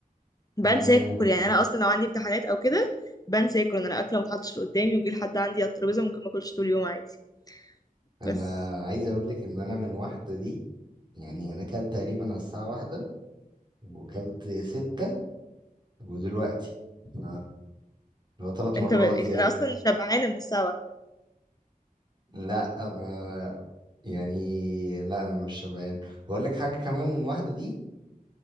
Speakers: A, on the left; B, on the right.
A: بنسى
B: يعني انا
A: اكل يعني انا اصلا لو عندي امتحانات او كده بنسى اكل انا الاكل ما اتحطش قدامي ويجي لحد عندي على الترابيزه ممكن ما اكلش طول اليوم عادي
B: انا
A: بس
B: عايز اقول لك ان انا من واحدة دي يعني انا كلت تقريبا على الساعة واحدة وكلت ستة ودلوقتي ف- اللي هو ثلاث مرات
A: انت ب... انا
B: يعني
A: اصلا شبعانه من الساعه واحدة
B: لا انا يعني لا انا مش شبعان بقول لك حاجه كمان من واحده دي